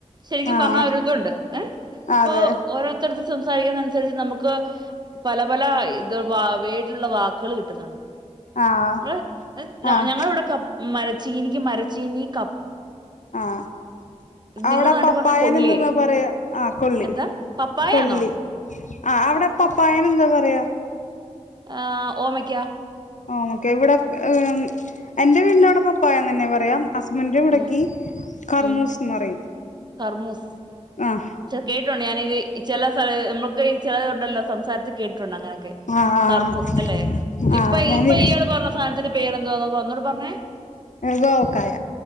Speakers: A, on the right; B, on the left.
A: ശരിക്കും
B: ആഹ്
A: പറഞ്ഞാൽ ഒരിതുണ്ട് ഏഹ് ഇപ്പൊ
B: അതെ
A: ഓരോത്തരു സംസാരിക്കുന്ന അനുസരിച്ച് നമുക്ക്. പല പല ഇത് വ വേഡിലുള്ള വാക്കുകൾ കിട്ടുന്നുണ്ട്.
B: ആഹ്
A: <unintelligible>
B: ആഹ്
A: ഞങ്ങൾ ഇവിടെക്കെ മരച്ചീനിക്ക് മരച്ചീനി ക
B: ആഹ് അവിടെ
A: നിങ്ങടെ നാട്ടിൽ
B: പപ്പായനെ
A: പറഞ്ഞ കൊള്ളിയേ
B: എന്തെന്നാ പറയാ ആഹ് കൊള്ളി
A: എന്താ പപ്പായാന്നോ
B: കൊള്ളി. ആഹ് അവിടെ പപ്പായനെ എന്താ പറയാ?
A: ആഹ് ഓമയ്ക്ക.
B: ഓമയ്ക്കാ ഇവിടെ ഏഹ് എന്റെ വീടിന്റെവിടെ പപ്പായ തന്നെ പറയാ. ഹസ്ബന്റെ ഇവിടെക്ക്
A: ഉം
B: കർമൂസ്ന്ന്
A: ഉം
B: പറയും.
A: കർമൂസ്
B: ആഹ്
A: ചെ കേട്ടുണ്ട് ഞാനത് ചില സ്ഥല നമ്മുക്ക് ഈ ചിലതുണ്ടല്ലോ സംസാ അത് കേ ട്ടിട്ടുണ്ട് അങ്ങനൊക്കെ
B: ആഹ്
A: കർമൂസ്
B: ആഹ്
A: അല്ലെ ഇപ്പൊ
B: ആഹ് ഞാന്
A: ഇപ്പ ഇയാള് പറഞ്ഞ സാനത്തിന്റെ പേരെന്തോന്നപ ഒന്നൂടി പറഞ്ഞെ
B: ഗോവക്കായ